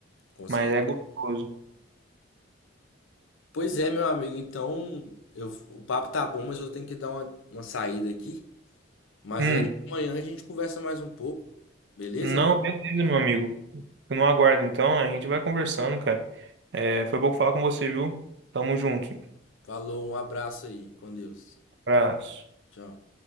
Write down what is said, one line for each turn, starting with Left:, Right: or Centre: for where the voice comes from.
Left: Com
Right: Mas
Left: certeza.
Right: é gostoso.
Left: Pois é, meu amigo. Então, eu, o papo tá bom, mas eu tenho que dar uma, uma saída aqui. Mas
Right: Hum.
Left: aí amanhã a gente conversa mais um pouco, beleza?
Right: Não, beleza, meu amigo. Eu não aguardo, então. A gente vai conversando, cara. É, foi bom falar com você, viu? Tamo junto.
Left: Falou, um abraço aí. Com Deus.
Right: Abraço.
Left: Tchau.